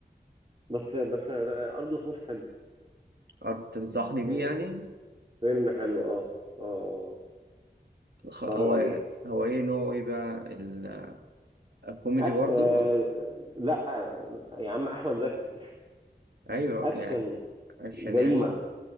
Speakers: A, on the right (about 35°); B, on the right (about 80°).
A: بس بس لا، ارض الخوف حلو
B: أه، تنصحني بيه
A: يعني
B: يعني
A: فيلم حلو اه اه اه
B: خ- هو
A: اتفرج عليه
B: هو ايه نوعه ايه بقى ال- الكوميدي
A: أك...
B: برضو
A: آه... لا آه، يا عم احمد زكي
B: ايوه
A: اكشن
B: يعني اكشن
A: جريمه
B: يعني